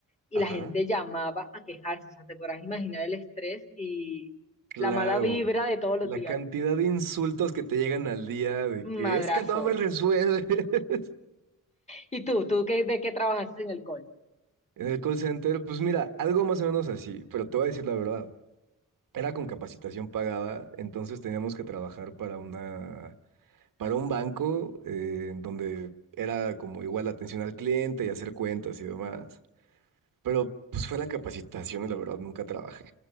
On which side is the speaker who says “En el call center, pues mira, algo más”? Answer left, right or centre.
Right